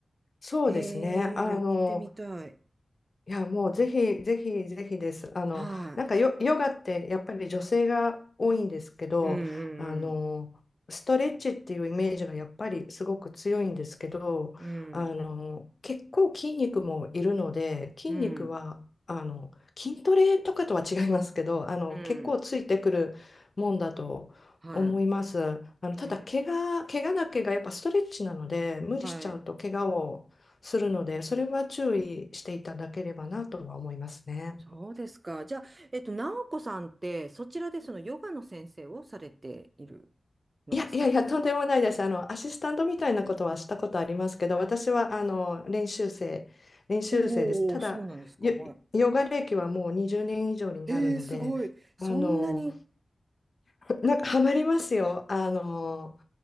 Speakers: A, on the left (about 50°); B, on the right (about 35°).
A: そうですね。
B: へ
A: あの、
B: え、やってみたい。
A: いや、もうぜひぜひぜひです。あの、
B: は
A: なんかヨ、ヨガってやっぱり女性が多いんですけど、
B: い。うんうん
A: あの、ストレッチっていうイメージがやっぱりすごく強いんですけど、
B: うん。
A: あの、結構筋肉もいるので、筋肉は、
B: うん。
A: あの、筋トレとかとは違いますけど、あの、
B: うん。
A: 結構ついてくるもんだと思います。
B: は
A: あの、ただ、
B: い。え
A: 怪我、怪我だけがやっぱストレッチなので、無理しちゃうと怪我をするので、
B: ーはい。
A: それは注意していただければなとは思いますね。
B: そうですか。じゃあ、えっと、直子さんって、そちらでそのヨガの先生をされているのですか
A: いやいやいや、とんでもないです。あの、アシスタントみたいなことはしたことありますけど、私はあの練習生、練習生です。
B: おおー、
A: ただ、
B: そうなんですか。
A: ヨヨガ歴はもう20年以上になるので、
B: はい。ええ、すごい。そんなに、
A: あの、なんかハマりますよ。あの、